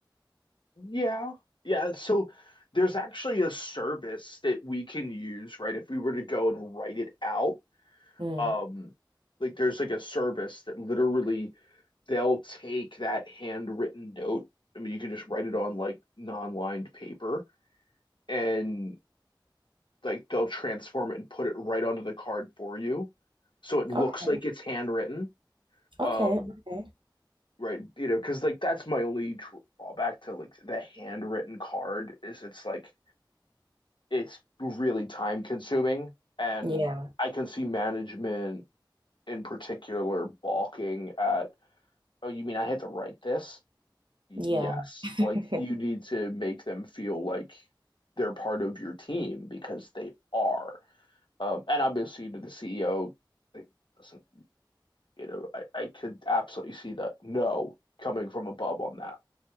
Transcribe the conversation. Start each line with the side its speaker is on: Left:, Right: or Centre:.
Left: Yeah. Yeah. So there's actually a service that we can use, right? If we were to go and write it out,
Right: Mm.
Left: um, like there's like a service that literally they'll take that handwritten note. I mean, you can just write it on like non-lined paper and like they'll transform it and put it right onto the card for you. So it looks
Right: Okay.
Left: like it's handwritten.
Right: Okay.
Left: Um,
Right: Okay.
Left: right, you know, because like that's my only drawback to like the handwritten card is it's like it's really time consuming. And
Right: Yeah.
Left: I can see management in particular balking at, oh, you mean I had to write this? Yes.
Right: Yeah. <laughs>
Left: Like you need to make them feel like they're part of your team because they are. Um, and obviously to the CEO, like, doesn't, you know, I, I could absolutely see the no coming from above on that.